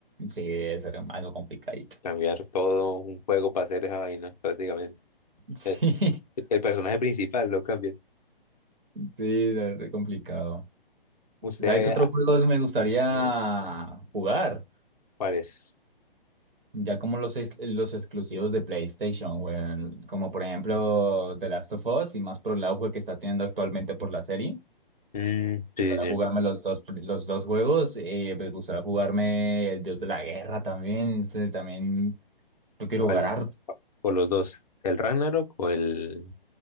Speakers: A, on the right; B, on the left.
A: Sí, debe ser algo complicadito.
B: Cambiar todo un juego para hacer esa vaina, prácticamente.
A: <laughs> Sí,
B: El,
A: sí,
B: el personaje principal lo cambia.
A: debe ser complicado.
B: Usted,
A: ¿Sabe qué otros
B: ah,
A: juegos me gustaría
B: dime,
A: jugar?
B: ¿cuál es?
A: Ya como los, ex- los exclusivos de PlayStation, weón. Como por ejemplo The Last of Us y más por el auge que está teniendo actualmente por la serie. Me
B: Mm,
A: gustaría
B: sí, sí.
A: jugarme los dos, pr- los dos juegos. eh, me gustaría jugarme el Dios de la Guerra también. este, también yo quiero
B: ¿Cuál?
A: jugar harto.
B: ¿O los dos? ¿El Ragnarok o el...